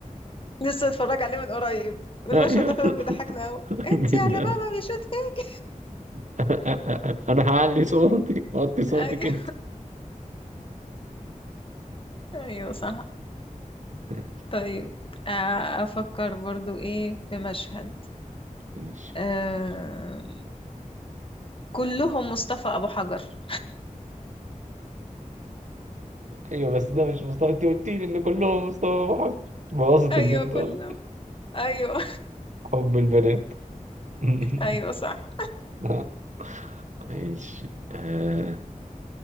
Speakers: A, on the left; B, on the right.
A: لسه اتفرج عليه من قريب المشهد
B: ايوه
A: ده فعلا بيضحكنا قوي
B: <laughs>
A: انت
B: جدا
A: يا اللي بابا بيشوت فيه
B: <laughs> انا هعلي صوتي وطي صوتك
A: ايوه
B: انت
A: ايوه صح
B: <laughs>
A: طيب آه، أفكر برضو إيه في مشهد
B: ماشي
A: آه، كلهم مصطفى أبو حجر
B: ايوه بس ده مش مستوى انت قلت لي ان كلهم مستوى واحد بوظت
A: أيوة
B: البنت
A: كلهم
B: ولا
A: أيوة
B: حب البنات <laughs>
A: <laughs> أيوة صح
B: آه. ماشي آه